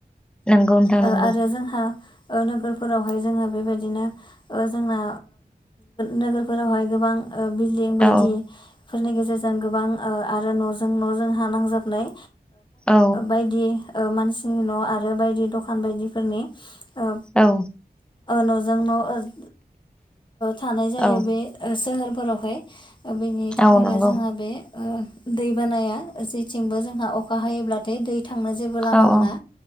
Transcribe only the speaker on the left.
ओ
आरो जोंहा ओ नोगोर फोरावहाय जोङो बेबायदिनो जोंना नोगोरफोरावहाय गोबां बिल्डिं
बायदिफोरनि गेजेरजों गोबां आरो न'जों न'जों हा नांजाबनाय
बायदि मानसिनि न' आरो बायदि दखान बायदिफोरनि ओ
न'जों न' थानाय जायो
बे सोहोरफोरावहाय बेनि थाखायनो
जोंहा बे दै बानाया जेथिंबो जोंहा अखा हायोब्लाथाय दै थांनो जेबो लामा
मोना